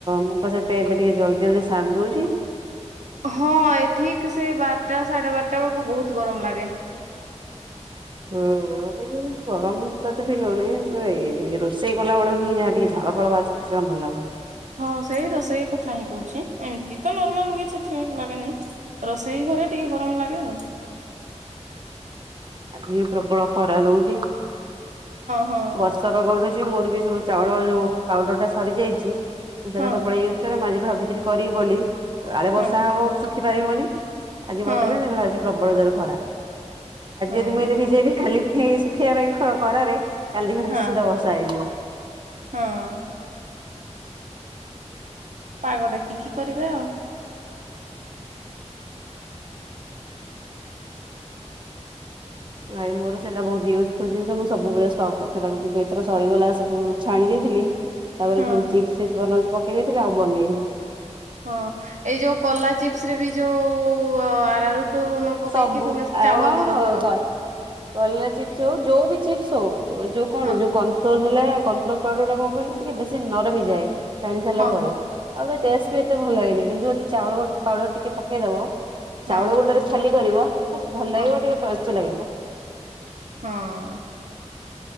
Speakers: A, on the right; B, on the right.
A: ମୁଁ ପା ସେଥିପାଇ ଏବେ ଟିକେ ଜଲଦି ଜଲଦି ସାରି ଦଉଛି।
B: ହଁ ଏ ଠିକି ସେ ବାରଟା ସାଢେ ବାରଟା ବେଳକୁ ବହୁତ ଗରମ ଲାଗେ।
A: ହୁଁ। ଉ ଗରମ ତ ଏତେ ଫିଲ‌ ହଉନି ଏ ଇଏ ରୋଷେଇ କଲାବେଳକୁ ହିଁ ଯାହା ଟିକେ ଝାଳ ଫାଳ ବାହାରୁଛି ମତେ ଜମା ଭଲ ଲାଗୁନି।
B: ହଁ ସେଇ ରୋଷେଇ କଥା ହିଁ କହୁଛି ଏମିତି ତ ନର୍ମାଲ କିଛି ଏତେ ଲାଗେନି। ରୋଷେଇ ଘରେ ଟିକେ ଗରମ ଲାଗେ ଆଉ।
A: ଆଜି ବି ପ୍ରବଳ ଖରା ଦଉଛି
B: ହଁ ହଁ
A: ବର୍ଷା ପାଗ ଉଠ ଚି ମୋର ବି ସବୁ ଚାଉଳ ଯୋଉ ପାଉଡର ଟା ସରି ଯାଇଛି ମୁଁ ସେଟା
B: ହଁ
A: ସବୁବେଳେ ୟୁଜ କରେ ମୁଁ ଆଜି ଭାବଥିଲି। କରିବି ବୋଲି କାଳେ
B: ହଁ।
A: ବର୍ଷା ହବ ଶୁଖି ପାରିବନି। ଆଜି
B: ହଁ
A: ବତୁରେଇବିନି ଦେଖିଲା ଆଜି ପ୍ରବଳ ଜୋରେ ଖରା। ଆଜି
B: ହଁ
A: ଯଦି ମୁଁ ଏଇନେ ଭିଜେଇବି କାଲି ପାଇଁ ଶୁଖେଇବା ପାଇଁ ଖ-ଖରାରେ କାଲି ଦେଖିବ
B: ହଁ
A: ନିଶ୍ଚିତ ବର୍ଷା ହେଇଯିବ।
B: ହଁ। ପାଗ ଦେଖିକି କରିବେ ଆଉ।
A: ନାଇଁ ମୋର ସେଇଟା ବହୁତ ୟୁଜ୍ଫୁଲ ଜିନିଷ ମୁଁ ସବୁବେଳେ ଷ୍ଟକ୍ ରଖେ ତାକୁ କିନ୍ତୁ ଏଥର ସରିଗଲା ସବୁ ଛାଣି ଦେଇଥିଲି। ତାପରେ
B: ହଁ।
A: ସବୁ ଚିପସ ଫିପସ ବନଉଛି ପକେଇ ଦେଇଥିଲି ଆଉ ବନେଇନି।
B: ହଁ ଏଇ ଯୋଉ କଲା ଚିପ୍ସ ରେ ବି ଯୋଉ ଅ ଆରା ରୁ ଟୁ ନ ପକେଇକି
A: ସବୁ
B: ତୁମେ ସେ
A: ଆ
B: ଚାଉଳ
A: ହଁ
B: ଗୁଣ୍ଡ ପକାଅ।
A: କ କଲରା ଚିପ୍ସ ହଉ ଯୋଉ ବି ଚିପ୍ସ ହଉ ଉ ଏ ଯୋଉ କଣ
B: ହଁ
A: ଯୋଉ। କନଫ୍ଲୋର ହେଲା କନଫ୍ଲୋର ପାଉଡର ଟା କଣ କହିଲ ଟିକେ ବେଶୀ ନରମ ହେଇଯାଏ ଛାଣି ସାରିଲା ପରେ।
B: ହଁ
A: ଆଉ ତା ଟେଷ୍ଟ ବି ଏତେ ଭଲ ଲାଗେନି କିନ୍ତୁ ଯଦି ଚାଉଳ ପାଉଡର ଟିକେ ପକେଇଦବ
B: ହଁ
A: ଚାଉଳ ଗୁଣ୍ଡରେ। ଖାଲି କରିବ ତ ଭଲ
B: ହଁ
A: ଲାଗିବ ଟିକେ କଚା ଲାଗିବ।
B: ହଁ।